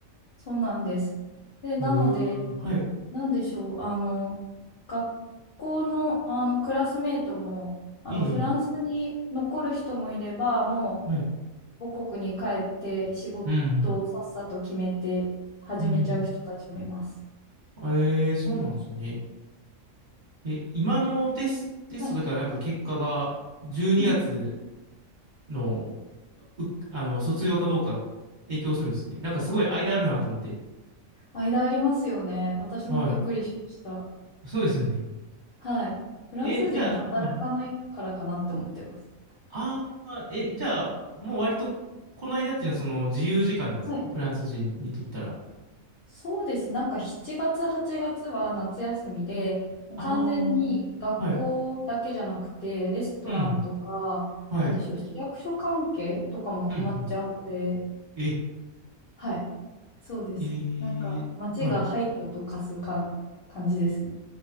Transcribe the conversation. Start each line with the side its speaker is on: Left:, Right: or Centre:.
Left: そうなんです。で、なので、
Right: へえ、はい。
Left: なんでしょう、あの、学校の、あのクラスメートも、あの、
Right: ええ
Left: フランスに残る人もいれば、も
Right: はい。
Left: う、母国に帰って仕事をさっさと決めて始めちゃう人たちもいます。
Right: うん、うん。うんええそうなんですね。え、今のテス、テストだからなんか結果が12月
Left: はい。うん。
Right: のう、あの、卒業かどうか影響するんですね。なんかすごい間あるなと思って。
Left: 間ありますよね。私もびっくりしました。
Right: はい。そうですよね。
Left: はい。フランス人働かないからかなって思ってます。
Right: え、じゃあ、はい。ああ、え、じゃあ、もう割と、この間っていうのはその自由時間なんですかフランス人にとったら。
Left: はい。そうです。なんか7月、8月は夏休みで、もう完全に学校だけじゃなくて、
Right: ああ、はい。
Left: レストランとか、
Right: うん。はい。
Left: なんでしょう、市役所関係とかも止まっちゃうので、
Right: うん、うん。え、
Left: はい。そうです。
Right: えー、
Left: なんか、街が廃墟と化すか感じですね。
Right: はい。